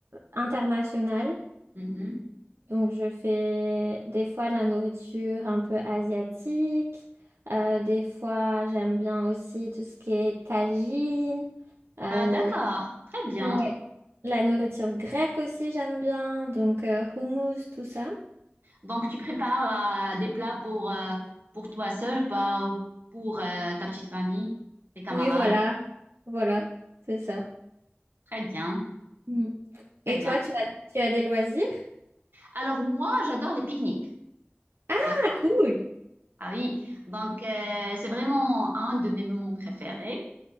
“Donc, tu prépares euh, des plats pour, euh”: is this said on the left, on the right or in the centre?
Right